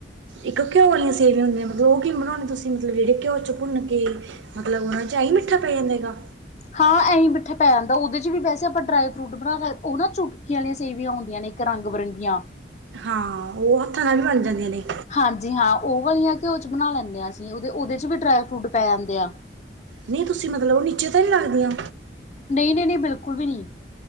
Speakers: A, on the right; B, on the left.
A: ਇੱਕ ਘਿਓ ਵਾਲੀਆਂ ਸੇਵੀਆਂੁੰਆਂ ਮਤਲਬ ਉਹ ਕੀ ਬਣਾਉ ਤੁਸੀਂ ਮਤਲਬ ਜਹੜੇ ਘਿਓ ਚ ਭੁੰਨ ਕੇ ਮਤਲਬ ਉਹਨਾ ਚ ਆਈ ਮਿੱਠਾ ਪੈ ਜਾਂਦਾਗਾ
B: ਹਾਂ ਇਂ ਮਿੱਠਾ ਪੈ ਜਾਂਦਾ ਉਹਦੇ ਚ ਵੀ ਵੈਸੇ ਆਪਾਂ ਡਰਾਈ ਫਰੂਟ ਬਣਾ ਸਕ ਉਹ ਨਾ ਚੁੱ ਸੀ ਵਾਲੀਆਂ ਸੇਵੀਆਂ ਹੁੰਦੀਆਂ ਨੇ ਇੱਕ ਰੰ ਬਿਰੰਗੀਆਂ
A: ਹਾਂ ਉਹ ਹੱਥਾਂ ਨਾਲ ਵੀ ਬਣ ਜਾਂਦੀਆਂ ਨੇ
B: ਹਾਂਜੀ ਹਾਂ ਉਹ ਵਾਲੀਆਂ ਘਿਓ ਚ ਬਣਾ ਲੈਂਦੇ ਹਾਂ ਅਸੀਂ ਉਹਦੇ ਉਹਦੇ ਚ ਵੀ ਡਰਾਈ ਫਰੂਟ ਪੈ ਜਾਂਦੇ ਆ
A: ਨਹੀਂ ਤੁਸੀਂ ਮਤਲਬ ਉਹ ਨੀਚੇ ਤਾਂ ਨਹੀਂ ਲੱਗਦੀਆਂ
B: ਨਹੀਂ ਨਹੀਂ ਨਹੀਂ ਬਿਲਕੁਲ ਵੀ ਨਹੀਂ